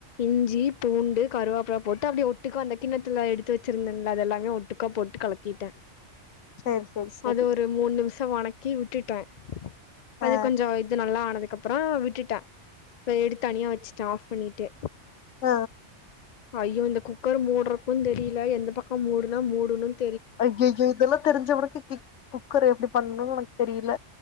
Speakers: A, on the left; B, on the left.
A: இஞ்சி பூண்டு கருவாப்புல போட்டு அப்பயே ஒட்டுக்கா அந்த கிண்ணத்துல எடுத்து வச்சிருந்தேன்ல அதெல்லாமே ஒட்டுக்கா போட்டு கலக்கிட்டே
B: சரி சரி சரி
A: அது ஒரு மூணு நிமிஷோ வணக்கி விட்டுட்டே அது
B: ஆ
A: கொஞ்ச இது நல்லா ஆனது அதுக்கப்புற விட்டுட்டே இப்ப எடுத்து தனியா வச்சுட்டே ஆஃப் பண்ணிட்டு
B: ஆ
A: ஐயோ இந்த குக்கர் மூடுறக்கும்ன்னு தெரில எந்த பக்கம் மூடுனா மூடணும்
B: ஐயோயோ இதெல்லா தெரிஞ்ச உனக்கு கிக குக்கர் எப்படி பண்ணணும்னு எனக்கு தெரியல